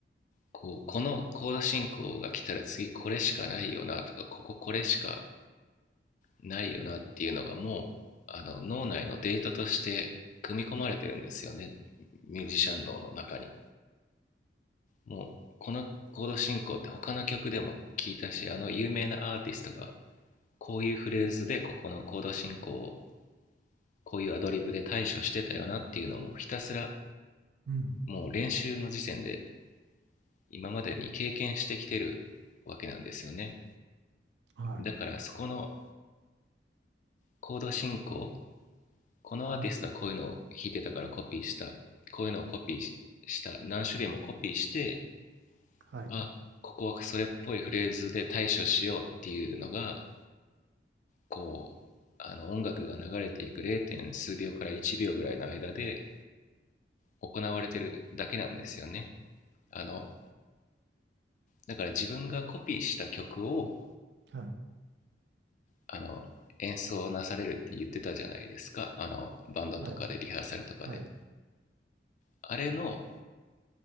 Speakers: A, on the left (about 45°); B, on the right (about 65°).
A: こうこのコード進行が来たら次これしかないよなとかこここれしかないよなっていうのがもうあの脳内のデータとして組み込まれてるんですよねミュージシャン脳の中にもうこのコード進行って他の曲でも聞いたしあの有名なアーティストがこういうフレーズでここのコード進行をこういうアドリブで対処してたよなっていうのもひたすら
B: うん、
A: もう練習の時点で今までに経験してきてるわけなんですよね
B: はい。
A: だからそこのコード進行このアーティストはこういうのを弾いてたからコピーした。
B: うん
A: こういうのをコピーした。何種類もコピーして、
B: はい、
A: あ、ここはそれっぽいフレーズで対処しようっていうのが、こう、あの音楽が流れていく 0. 数秒から1秒ぐらいの間で行われてるだけなんですよね。あの、だから自分がコピーした曲を、
B: はい、
A: あの、演奏なされるって言ってたじゃないですか。あの、バンドとかでリハーサルとかで。
B: はい、はい。
A: あれの、